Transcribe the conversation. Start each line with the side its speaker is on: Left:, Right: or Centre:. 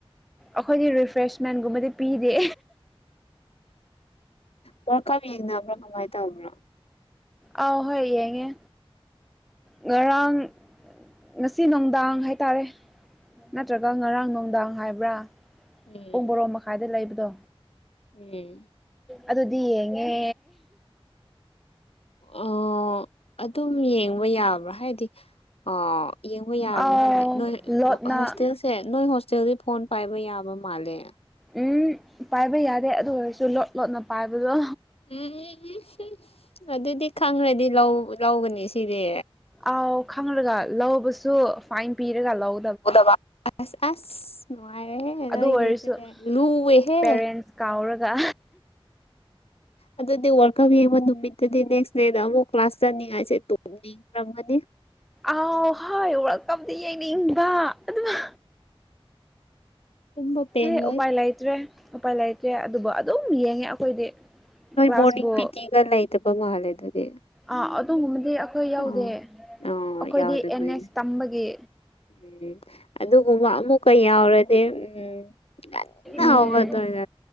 Centre: ꯑꯩꯈꯣꯏꯗꯤ ꯔꯤꯐ꯭ꯔꯦꯁꯃꯦꯟꯒꯨꯝꯕꯗꯤ ꯄꯤꯗꯦ
Left: ꯋꯥꯔꯀꯥꯞ ꯌꯦꯡꯅꯕ꯭ꯔꯥ ꯀꯃꯥꯏ ꯇꯧꯕ꯭ꯔꯥ
Centre: ꯑꯥꯎ ꯍꯣꯏ ꯌꯦꯡꯉꯦ ꯉꯔꯥꯡ ꯉꯁꯤ ꯅꯨꯡꯗꯥꯡ ꯍꯥꯏꯇꯥꯔꯦ ꯅꯠꯇ꯭ꯔꯒ ꯉꯔꯥꯡ ꯅꯨꯡꯗꯥꯡ ꯍꯥꯏꯕ꯭ꯔꯥ
Left: ꯎꯝ
Centre: ꯄꯨꯡ ꯕꯣꯔꯣ ꯃꯈꯥꯏꯗ ꯂꯩꯕꯗꯣ
Left: ꯎꯝ
Centre: ꯑꯗꯨꯗꯤ ꯌꯦꯡꯉꯦ꯫
Left: ꯑꯣ ꯑꯗꯨꯝ ꯌꯦꯡꯕ ꯌꯥꯕ꯭ꯔꯥ ꯍꯥꯏꯗꯤ ꯑ ꯌꯦꯡꯕ ꯌꯥꯔꯕ꯭ꯔꯣ
Centre: ꯑꯥꯎ
Left: ꯍꯥꯏꯗꯤ ꯅꯣꯏ
Centre: ꯂꯣꯠꯅ
Left: ꯍꯣꯁꯇꯦꯜ ꯁꯦ ꯅꯣꯏ ꯍꯣꯁꯇꯦꯜꯗꯤ ꯐꯣꯟ ꯄꯥꯏꯕ ꯌꯥꯕ ꯃꯥꯜꯂꯦ
Centre: ꯎꯝ ꯄꯥꯏꯕ ꯌꯥꯗꯦ ꯑꯗꯨ ꯑꯣꯏꯔꯁꯨ ꯂꯣꯠ ꯂꯣꯠꯅ ꯄꯥꯏꯕꯗꯣ
Left: ꯎꯝ ꯎꯝ ꯎ ꯑꯗꯨꯗꯤ ꯈꯪꯈ꯭ꯔꯗꯤ ꯂꯧꯒꯅꯤ ꯁꯤꯗꯤ
Centre: ꯑꯥꯎ ꯈꯪꯪꯂꯒ ꯂꯧꯕꯁꯨ ꯐꯥꯏꯟ ꯄꯤꯔꯒ ꯂꯧ
Left: ꯎꯗꯕ ꯑꯁ ꯑꯁ ꯅꯨꯡꯉꯥꯏꯔꯦꯍꯦ
Centre: ꯑꯗꯨ
Left: ꯅꯣꯏꯒꯤꯁꯦ
Centre: ꯑꯣꯏꯔꯁꯨ
Left: ꯂꯨꯑꯦꯍꯦ
Centre: ꯄꯦꯔꯦꯟꯁ ꯀꯥꯎꯔꯒ
Left: ꯑꯗꯨꯗꯤ ꯋꯥꯔꯀꯞ ꯌꯦꯡꯕ ꯅꯨꯃꯤꯠꯇꯨꯗꯤ ꯅꯦꯛꯁ ꯗꯦꯗ ꯑꯃꯨꯛ ꯀ꯭ꯂꯥꯁ ꯆꯠꯅꯤꯡꯉꯥꯏꯁꯦ ꯇꯨꯝꯅꯤꯡ ꯌꯦꯡꯂꯃꯒꯅꯤ
Centre: ꯑꯥꯎ ꯍꯣꯏ ꯋꯥꯔꯜ ꯀꯞꯇ ꯌꯦꯡꯅꯤꯡꯕ ꯑꯗꯨꯒ
Left: ꯇꯨꯝꯕ ꯄꯦꯟꯂꯣꯏ
Centre: ꯑꯦ ꯎꯄꯥꯏ ꯂꯩꯥꯏꯇ꯭ꯔꯦ ꯎꯄꯥꯏ ꯂꯩꯇ꯭ꯔꯦ ꯑꯗꯨꯕꯨ ꯑꯗꯨꯝ ꯌꯦꯡꯉꯦ ꯑꯩꯈꯣꯏꯗꯤ
Left: ꯅꯣꯏ
Centre: ꯀ꯭ꯂꯥꯁꯕꯨ
Left: ꯃꯣꯔꯅꯤꯡ ꯄꯤ ꯇꯤꯒ ꯂꯩꯇꯕ ꯃꯥꯜꯂꯦ ꯑꯗꯨꯗꯤ
Centre: ꯑꯥ ꯑꯗꯨꯒꯨꯝꯕꯗꯤ ꯑꯩꯈꯣꯏ ꯌꯥꯎꯗꯦ
Left: ꯑꯣ ꯑꯣ
Centre: ꯑꯩꯈꯣꯏꯗꯤ
Left: ꯌꯥꯎꯗꯕꯅꯦ
Centre: ꯑꯦꯟ ꯑꯦꯁ ꯇꯝꯕꯒꯤ
Left: ꯎꯝ ꯑꯗꯨꯒꯨꯝꯕ ꯑꯃꯨꯛꯀ ꯌꯥꯎꯔꯗꯤ ꯎꯝ ꯉꯟꯅ
Centre: ꯎꯝ
Left: ꯍꯧꯒꯠꯇꯣꯏꯅꯦ